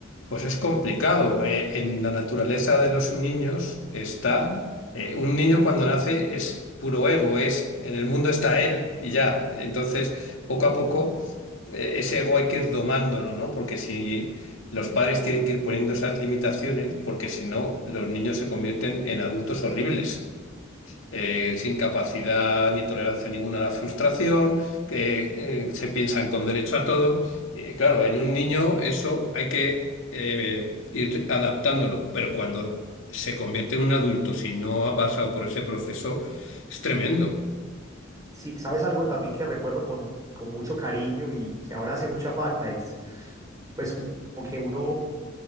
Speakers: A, on the left (about 80°); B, on the right (about 15°).
A: Pues es complicado. eh, en la naturaleza de los niños está, eh, un niño cuando nace es puro ego, es, en el mundo está él y ya. Entonces, poco a poco, eh, ese ego hay que ir domándolo, ¿no? Porque si los padres tienen que ir poniendo esas limitaciones, porque si no, los niños se convierten en adultos horribles eh, sin capacidad ni tolerancia ninguna a la frustración, que eh, se piensan con derecho a todo. Eh, claro, en un niño eso hay que eh, ir adaptándolo, pero cuando se convierte en un adulto, si no ha pasado por ese proceso, es tremendo,
B: Sí, ¿sabes algo también que recuerdo con, con mucho cariño y que ahora hace mucha falta? Es pues como que uno,